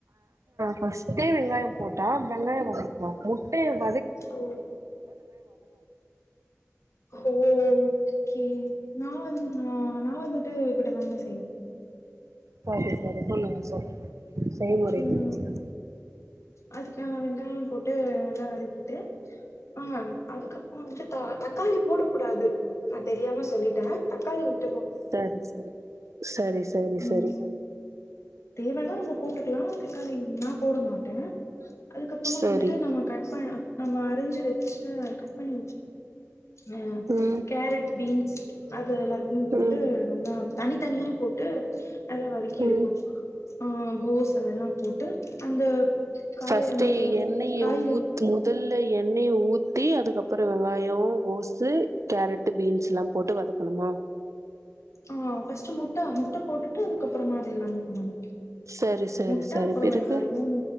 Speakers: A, on the right (about 80°); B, on the left (about 70°).
A: ஃபஸ்டேட் வெங்காயோ போட்டா வெங்காயோ வதங்கு ஓ முட்ட
B: ஓ ஓ ஓகே நா வந்து நா நா வந்து தேவைப்படுறாங்க <inaudible>
A: செரி செரி சொல்லுங்க சொல்லுங்க செய்முறை
B: ம்
A: சொல்லுங்க
B: அதுக்க வெங்காயம் போட்டு நல்லா வடக்கிட்டு ஆ அதுக்கப்பறம் வந்துட்டு தக்காளி போடும் கூடாது நான தெரியாம சொல்லி ஆ தக்காளி உடு
A: செரி செரி செரி செரி
B: ம் தேவன்னா நம்ம போட்டுக்கலாம் தக்காளி என்னா போட மாட்டேன் அதுக்கப்பறமா
A: சரி
B: வந்துட்டு நம்ம கட்ப்பன்னா நாம அரிஞ்சு வச்சு கட் பண்ணி அ
A: ம்
B: கேரட் பீன்ஸ் அ எல்லாத்தையும் போட்டு
A: ம்
B: நல்லா தனி தனியா போட்டு அல்லா வதக்கி
A: ம்
B: இருக்கும் ஆ கோஸ் அதெல்லாம் போட்டு அந்த காய்
A: பஸ்ட்
B: அந்த
A: எண்ணெய்
B: காய்கறி
A: ஊத் முதல் பஸ்ட் எண்ணெய் ஊத்தி அதுக்கப்பறம் வெங்காயம் கோசு கேரட்டு் பீன்ஸ் யெல்லாம் போட்டு வதக்கணுமா
B: ஆ ஃபர்ஸ்ட் முட்ட முட்ட போட்டுட்டு அதுக்கப்பறமா அது எல்லாமே பண்ணும்
A: சரி சரி
B: முட்டைஅப்புறம்
A: சரி பிறகு
B: வெங்காயம்